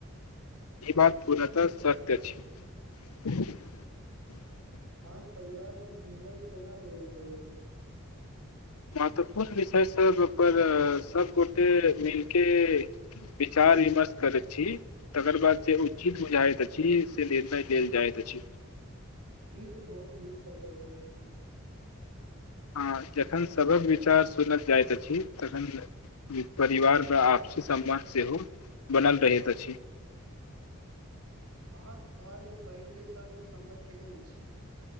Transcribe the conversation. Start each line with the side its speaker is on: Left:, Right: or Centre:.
Left: ई बात पूर्णतः सत्य अछि <inaudible>
Right: अहाँके परिवार मे निर्णय कोना लेल जाइत अछि
Left: मत्वपूर्ण विषय सब पर सब गोटे मिलके बिचार विमर्श करैत छी तकर बाद से उचित हो जाइत अछि से निर्णय लेल जायइत अछि
Right: ई त बहुत नीक पद्धति य जी
Left: हँ जखन सभक विचार सुनल जाइत अछि तखन परिवार व आपसी सम्मान सेहो बनल रहैत अछि
Right: अहाँक भाय बहिनके सङ्ग सम्मति केहन अछि